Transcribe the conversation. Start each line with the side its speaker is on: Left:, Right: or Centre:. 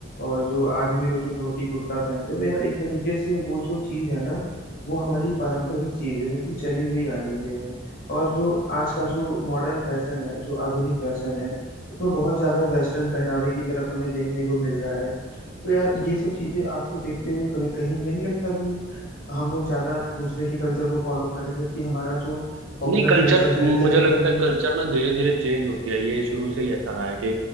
Left: और जो आदमी लोग जो धोती कुर्ता पहनते हैं तो यार एक तरीके से वो जो चीज है ना वो हमारी पारंपरिक चीज है जो कि चली हुई आ रही है और जो आज का जो मॉडर्न फैशन है जो आधुनिक फैशन है उसमें बहुत ज्यादा वेस्टर्न पहनावे की तरफ हमें देखने को मिल रहा है तो यार ये सब चीजें आपको देखते हुए कभी- कहीं ये नहीं लगता कि हम लोग ज्यादा दूसरे के कल्चर को फॉलो कर रहे हैं जबकि हमारा जो पॉपुलर
Right: नहीं कल्चर
Left: कल्चर
Right: मुझे
Left: है जिसमें
Right: लगता
Left: कि हमने
Right: है कल्चर ना धीरे धीरे चेंज होती है ये शुरू से ही ऐसा रहा है कि